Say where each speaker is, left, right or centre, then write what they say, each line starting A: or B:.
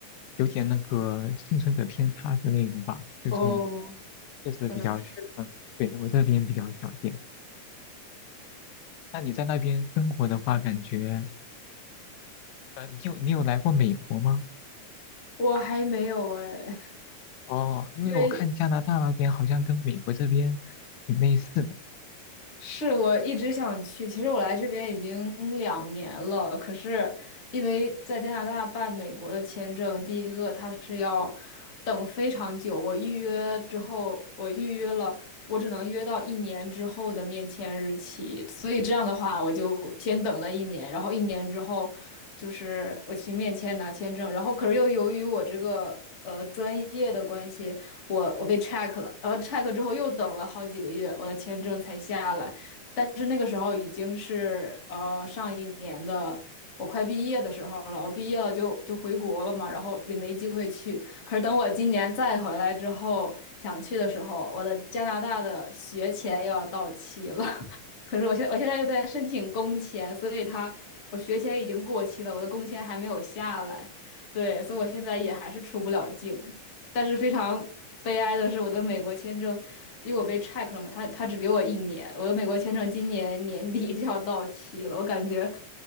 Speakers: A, on the left (about 85°); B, on the left (about 30°).
A: 有点那个幸存者偏差之类的吧，就是
B: 哦，
A: 确实比较，
B: 可能是，
A: 嗯，对，我这边比较少见。那你在那边生活的话，感觉，呃，你有你有来过美国吗？
B: 我还没有哎，
A: 哦，因为我看加拿大那边好像跟美国这边挺类似的
B: 因为是我一直想去。其实我来这边已经两年了，可是因为在加拿大办美国的签证，第一个它是要等非常久。我预约之后，我预约了，我只能约到一年之后的面签日期，所以这样的话，我就先等了一年，然后一年之后。就是我去面签拿签证，然后可是又由于我这个呃专业的关系，我我被 check 了，然后 check 之后又等了好几个月，我的签证才下来。但是那个时候已经是呃上一年的我快毕业的时候了，我毕业了就就回国了嘛，然后也没机会去。可是等我今年再回来之后想去的时候，我的加拿大的学签又要到期了。可是我现我现在又在申请工签，所以他我学签已经过期了，我的工签还没有下来，对，所以我现在也还是出不了境。但是非常悲哀的是，我的美国签证，因为我被 check 了嘛，他他只给我一年，我的美国签证今年年底就要到期了，我感觉，